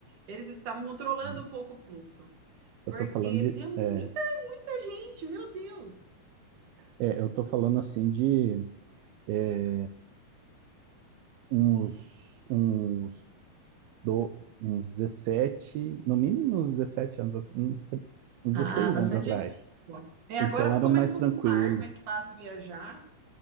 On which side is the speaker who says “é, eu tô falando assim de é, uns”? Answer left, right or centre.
Right